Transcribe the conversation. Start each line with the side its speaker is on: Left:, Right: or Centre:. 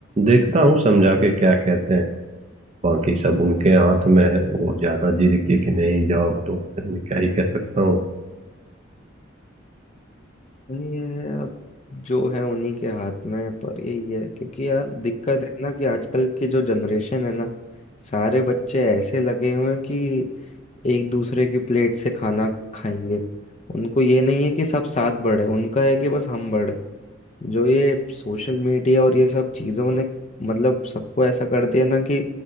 Right: देखता हूँ समझा के क्या कहते हैं बाकी सब उनके हाथ में है वो ज्यादा जिद किए कि नहीं जाओ तो फिर मैं क्या ही कह सकता हूँ
Left: नहीं है अब जो है उन्हीं के हाथ में है, पर यही है क्योंकि यार दिक्कत है ना कि आजकल की जो जनरेशन है ना सारे बच्चे ऐसे लगे हुए हैं कि एक दूसरे की प्लेट से खाना खाएंगे उनको ये नहीं है कि सब साथ बढ़े उनका है कि बस हम बढ़े जो ये सोशल मीडिया और ये सब चीज़ों ने मतलब सबको ऐसा कर दिया ना कि